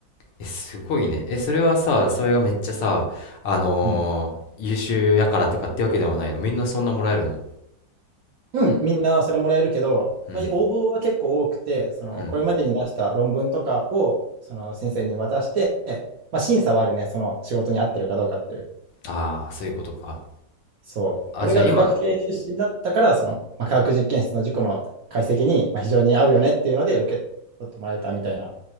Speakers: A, on the left; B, on the right.
A: え、すごいね。え、それはさ、それがめっちゃさ、あのー優秀やからとかってわけではないのみんなそんなもらえるの
B: うん。うん、みんなそれもらえるけど、
A: うん、
B: まあ、応募は結構多くて、そのこれまでに出した論文とかをその先生に渡して、
A: うん。
B: まあ、審査はあるね、その仕事に合ってるかどうかっていう。
A: ああ、そういうことか。
B: そう。
A: あ、
B: 俺が科学系出身だったから、
A: じゃあ今、
B: その、まあ、科学実験室の事故の解析に、まあ、非常に合うよねっていうので受け取ってもらえたみたいな。